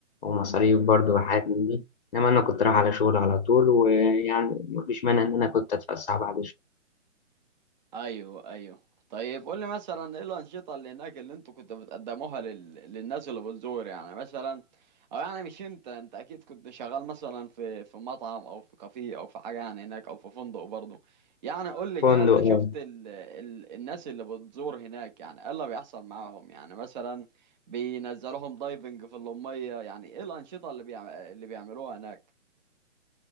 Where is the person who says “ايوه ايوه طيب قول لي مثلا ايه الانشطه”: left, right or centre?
Right